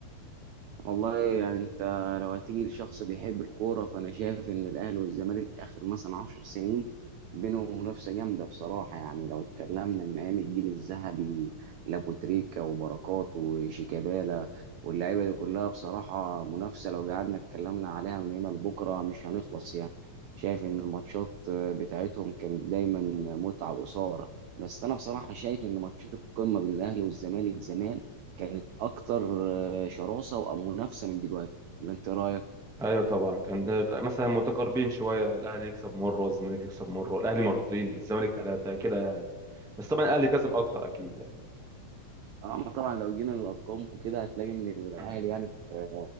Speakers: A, on the right; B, in the centre.
A: والله يعني انت لو هتيجي لشخص بيحب الكوره فانا شايف ان الاهلي والزمالك اخر مثلا 10 سنين بينهم منافسه جامده بصراحه يعني لو اتكلمنا من ايام الجيل الذهبي لابو تريكا وبركات وشيكابالا واللعيبه دي كلها بصراحه منافسه لو قعدنا اتكلمنا عليها من هنا لبكره مش هنخلص يعني شايف ان الماتشات بتاعتهم كانت دايما متعه واثاره بس انا بصراحه شايف ان ماتشات القمه بين الاهلي والزمالك زمان كانت اكتر شراسه ومنافسه من دلوقتي ولا انت إيه رايك؟
B: ايوه طبعا كان مثلا متقاربين شوية الاهلي يكسب مرة والزمالك يكسب مرة الاهلي مرتين الزمالك ثلاثة كده يعني بس طبعا الاهلي كسب اكتر اكيد يعني
A: اما طبعا لو جينا للارقام وكده هتلاقي ان الاهلي
B: <clears throat>
A: يعني في